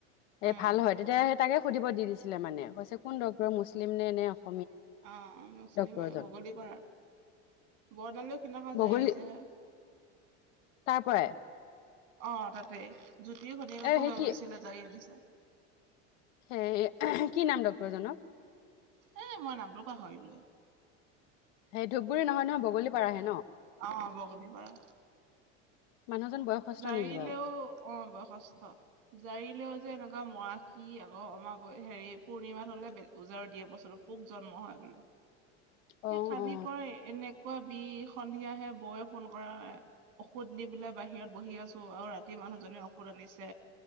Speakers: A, on the left; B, on the right.
A: এই
B: উম,
A: ভাল হয় তেতিয়া তাকে সুধিব দি দিছিলে মানে কৈছে কোন ডক্টৰ মুছলিম নে <inaudible>
B: অ মুছলিমে
A: ডক্তৰজন
B: বগলী পাৰাত <unintelligible> খিদিনাখন
A: বগলী
B: যাই আহিছেহে
A: তাৰ পৰাই
B: অ' তাতেই জুতিও ঘনিকো
A: এ সেই
B: লৈ
A: কি
B: গৈছিলে জাৰি আনিছে।
A: সেই কি নাম ডক্টৰজনৰ।
B: এ মই নামটো পাহৰিলোৱে।
A: সেই নহয় নহয় বগলী পাৰাহে ন।
B: অ' বগলীপাৰা।
A: মানুহজন বয়সস্থ
B: জাৰিলেও
A: নেকি বাৰু
B: অ বয়সস্থ জাৰিলেও যে এনেকুৱা মৰাষি আকৌমাৰ হেৰি পূৰ্ণিমা হলে ওজাৰো দিয়ে বছৰ পোক জন্ম হয় বোলে
A: অ
B: কালি
A: অ
B: পৰা এনেকুৱা বি সন্ধিয়াাহে বৌয়ে ফোন কৰা হয় ঔষধ নি পেলাই বাহিৰত বহি আছো আৰু ৰাতি মানুহ জীৰ ঔষুধ আনিছে